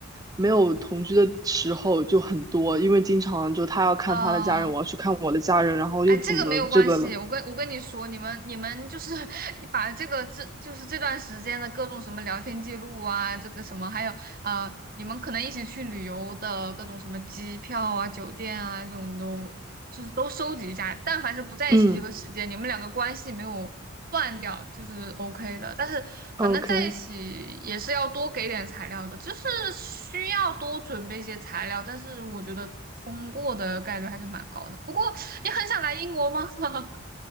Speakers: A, on the right; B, on the right.
A: 没有同居的时候就很多，因为经常就他要看他的家人，
B: 啊。
A: 我要去看我的家人，然后又怎么这个了。
B: 哎，这个没有关系，我跟我跟你说，你们你们就是 <laughs> 把这个这就是这段时间的各种什么聊天记录啊，这个什么，还有呃，你们可能一起去旅游的各种什么机票啊、酒店啊这种都就是都收集一下。但凡是不在一起这个时间，
A: 嗯
B: 你们两个关系没有断掉，就是 OK 的。但是反正在一起也是要多给点材料的，
A: ，OK。
B: 就是需要多准备一些材料。但是我觉得通过的概率还是蛮高的。不过。你很想来英国吗？<laughs>